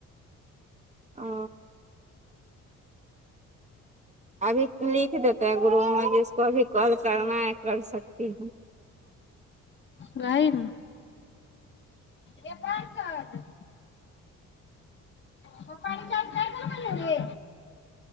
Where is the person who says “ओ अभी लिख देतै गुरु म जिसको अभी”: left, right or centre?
Right